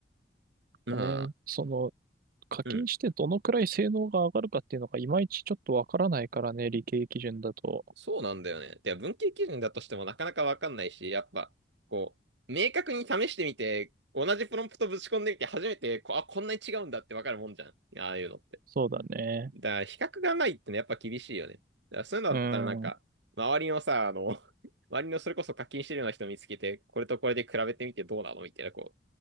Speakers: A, on the right; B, on the right.
A: まあ、
B: ぱね、その、課金してどのくらい性能が上がるかっていうのがいまいちちょっとわからないからね、
A: うん、
B: 理系基準だと。
A: そうなんだよね。で、文系基準だとしてもなかなかわかんないし、やっぱ、こう、明確に試してみて、同じプロンプトぶち込んでみて、初めて、こう、あ、こんなに違うんだってわかるもんじゃん。ああいうのって。
B: そうだね。
A: だから、比較がないってねやっぱ厳しいよね。だからそういうのだったらなんか、
B: うん。
A: 周りのさ、あの、<laughs> 周りのそれこそ課金してるような人見つけて、これとこれで比べてみてどうなのみたいな、こ